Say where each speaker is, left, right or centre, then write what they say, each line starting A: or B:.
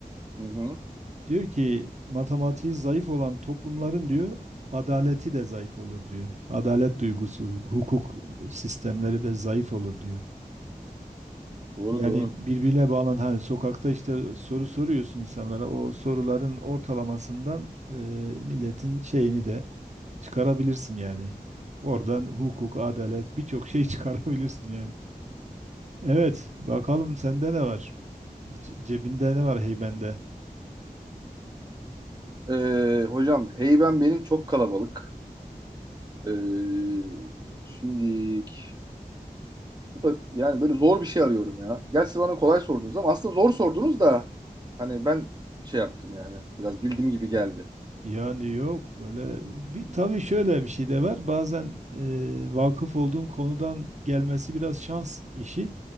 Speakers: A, on the right (about 30°); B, on the right (about 50°).
A: Hı hı.
B: Diyor ki matematiği zayıf olan toplumların diyor adaleti de zayıf olur diyor. Adalet duygusu, hukuk sistemleri de zayıf olur diyor.
A: Doğru
B: Yani
A: doğru.
B: birbiriyle bağlan hani sokakta işte soru soruyorsun insanlara o soruların ortalamasından e, milletin şeyini de çıkarabilirsin yani. Oradan hukuk, adalet birçok şey <laughs> çıkarabilirsin yani. Evet bakalım sende ne var? Ce- cebinde ne var heybende?
A: Ee, hocam heyben benim çok kalabalık. Ee, şimdilik bu da yani böyle zor bir şey arıyorum ya. Gerçi bana kolay sordunuz ama aslında zor sordunuz da hani ben şey yaptım yani biraz bildiğim gibi geldi.
B: Yani yok böyle bir,
A: Hı
B: tabii şöyle bir şey de var bazen e, vakıf olduğun konudan gelmesi biraz şans işi